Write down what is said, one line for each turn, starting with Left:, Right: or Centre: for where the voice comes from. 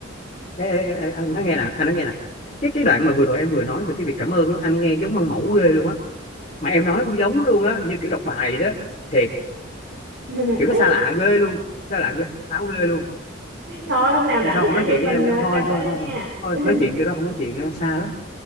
Left: ê, ê, ê, ê, anh nói nghe nè anh nói nghe nè cái cái đoạn mà vừa rồi em vừa nói về cái việc cảm ơn đó, anh nghe giống măng mẫu ghê luôn á mà em nói cũng giống luôn á như kiểu đọc bài vậy đó thiệt
Right: <laughs>
Left: kiểu nó xa lạ ghê luôn xa lạ ghê sáo ghê luôn
Right: Thôi hôm nào
Left: lần
Right: rảnh
Left: sau
Right: thì
Left: không
Right: anh
Left: nói
Right: em
Left: chuyện với
Right: mình
Left: em nữa
Right: ờ,
Left: thôi
Right: cà
Left: thôi
Right: phê
Left: thôi
Right: nha.
Left: thôi, thôi
Right: <laughs>
Left: nói chuyện kiểu đó không nói chuyện nữa xa lắm